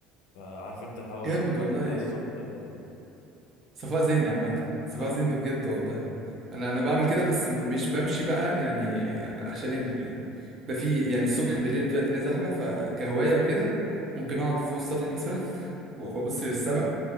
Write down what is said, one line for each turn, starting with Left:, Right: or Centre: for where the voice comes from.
Left: فعارف انت الهواء
Right: جامد
Left: اللي بيبقى
Right: والله
Left: بتاع الصبح ده بيبقى رايق.
Right: صفاء ذهني عامة صفاء
Left: اه
Right: ذهني بجد والله انا انا بعمل كده بس م- مش بمشي بقى يعني عشان يعني ال- بقى في يعني الصبح بالليل بتبقى الدنيا زحمة فكهواية وكده ممكن اقعد فوق السطح مثلا <laughs> وابص للسما